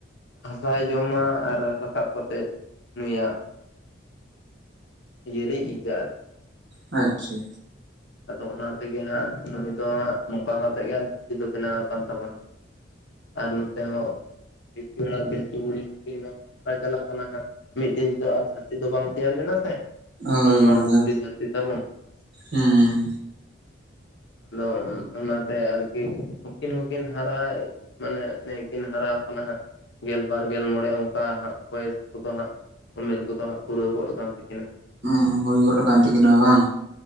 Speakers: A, on the left; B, on the right.
A: ᱦᱟᱥᱟᱭ ᱡᱚᱢᱟ ᱟᱨ ᱨᱟᱠᱟᱵ ᱠᱟᱛᱮᱫ ᱱᱩᱭᱟᱜ <unintelligible>
B: ᱟᱪᱪᱷᱟ
A: ᱟᱫᱚ ᱚᱱᱟ ᱛᱮᱜᱮ ᱦᱟᱸᱜ ᱱᱩᱭ ᱫᱚ ᱦᱟᱸᱜ ᱱᱚᱝᱠᱟ ᱠᱟᱛᱮᱜ ᱜᱮ ᱫᱷᱟᱹᱨᱛᱤ ᱫᱚ ᱵᱮᱱᱟᱣ ᱟᱠᱟᱱ ᱛᱟᱵᱚᱱᱟ᱾ ᱟᱨ ᱱᱚᱛᱮ ᱦᱚᱸ ᱯᱤᱞᱪᱩ ᱦᱟᱲᱟᱢ ᱯᱤᱞᱪᱩ ᱵᱩᱲᱦᱤ ᱦᱩᱸᱠᱤᱱ ᱦᱟᱨᱟ ᱪᱟᱞᱟᱜ ᱠᱟᱱᱟ ᱦᱟᱸᱜ᱾ ᱢᱤᱫ ᱫᱤᱱ ᱛᱮ ᱟᱨ ᱫᱷᱟᱹᱨᱛᱤ ᱫᱚ ᱵᱟᱝ ᱛᱮᱭᱟᱨ ᱞᱮᱱᱟ ᱥᱮ᱾
B: ᱦᱳᱭ
A: ᱩᱱ ᱢᱟᱨᱟᱝ
B: ᱜᱚᱝᱠᱮ
A: ᱫᱷᱩᱲᱤ ᱫᱷᱟᱹᱨᱛᱤ ᱛᱟᱵᱚᱱ
B: ᱦᱩᱸ᱾
A: ᱟᱫᱚ ᱚᱱᱟᱛᱮ ᱟᱨᱠᱤ ᱩᱱᱠᱤᱱ ᱦᱚᱸᱠᱤᱱ ᱦᱟᱨᱟᱭ ᱢᱟᱱᱮ ᱱᱮ ᱠᱤᱱ ᱦᱟᱨᱟ ᱟᱠᱟᱱᱟ ᱦᱟᱸᱜ᱾ ᱜᱮᱞ ᱵᱟᱨ ᱜᱮᱞ ᱢᱚᱬᱮ ᱚᱱᱠᱟ ᱦᱟᱸᱜ ᱵᱚᱭᱮᱥ ᱠᱚᱫᱚ ᱦᱟᱸᱜ᱾ ᱩᱢᱮᱨ ᱠᱚᱫᱚ ᱦᱟᱸᱜ ᱯᱩᱨᱟᱹᱣ ᱜᱚᱫ ᱛᱟᱹᱠᱤᱱᱟ
B: ᱦᱩᱸ ᱦᱩᱭ ᱜᱚᱫ ᱟᱠᱟᱱ ᱛᱟᱹᱠᱤᱧᱟ ᱵᱟᱝ᱾